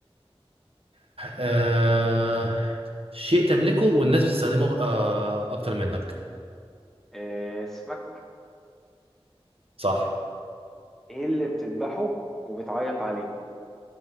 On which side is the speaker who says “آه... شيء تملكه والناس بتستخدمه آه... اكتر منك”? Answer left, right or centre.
Right